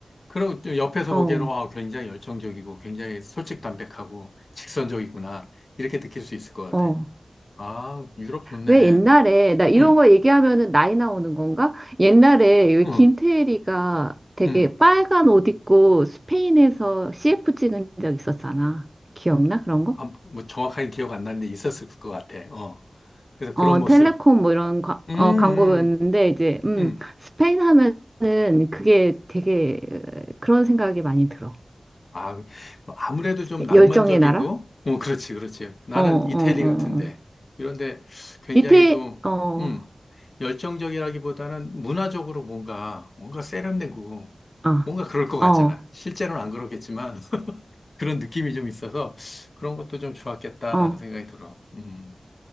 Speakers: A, on the left; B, on the right.
A: 그리고 또 옆에서
B: 어,
A: 보기에는 와, 굉장히 열정적이고 굉장히 솔직담백하고 직선적이구나 이렇게 느낄 수 있을 것
B: 어.
A: 같아. 아, 유럽 좋네.
B: 왜 옛날에, 나 이런
A: 음,
B: 거 얘기하면은 나이 나오는 건가? 옛날에 왜
A: 음,
B: 김태리가 되게
A: 음.
B: 빨간 옷 입고 스페인에서 CF 찍은 적 있었잖아. 기억나? 그런 거?
A: 아, 뭐 정확하게 기억 안 나는데 있었을 것 같아. 어. 그래서 그런
B: 어,
A: 모습.
B: 텔레콤 뭐 이런 과-
A: 음,
B: 어, 광고였는데,
A: 음,
B: 이제, 음,
A: 음.
B: 스페인 하면은 그게 되게 어, 그런 생각이 많이 들어.
A: 아, 뭐 아무래도
B: 스페-
A: 좀 낭만적이고,
B: 열정의 나라?
A: 어, 그렇지, 그렇지. 나는
B: 어, 어, 어,
A: 이태리 같은데.
B: 어.
A: 이런데 굉장히
B: 이태,
A: 좀,
B: 어,
A: 음, 열정적이라기보다는 문화적으로 뭔가, 뭔가 세련되고,
B: 아,
A: 뭔가 그럴 것 같잖아.
B: 어,
A: 실제로는 안 그렇겠지만, <laughs> 그런 느낌이 좀 있어서, 그런 것도 좀 좋았겠다라는
B: 어.
A: 생각이 들어. 음,